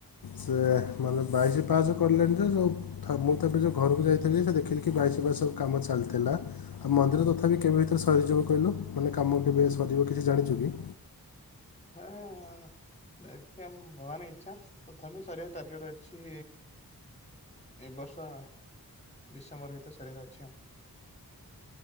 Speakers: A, on the left; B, on the left.
A: ସେ ମାନେ ବାଇଶ ପାହାଚ କଲେଣି ତ ସ ମୁଁ ତ ଏବେ ଯୋଉ ଘରକୁ ଯାଇଥିଲି ସେ ଦେଖିଲି କି ବାଇସି ପାହାଚ ସବୁ କାମ ଚାଲିଥିଲା। ଆଉ ମନ୍ଦିର ତଥାପି କେବେ ଭିତରେ ସରିଯିବ କହିଲୁ? ମାନେ କାମ କେବେ ସରିିବ କିଛି ଜାଣିଛୁ କି?
B: ଆଁ ଦେଖିଆ ଭଗବାନ ଇଚ୍ଛା। ତଥାପି ସରିବାର ଟାର୍ଗେଟ ଅଛି। ଏ ବର୍ଷ ଡିସେମ୍ବର ଭିତରେ ସରିବାର ଅଛି ଆଉ।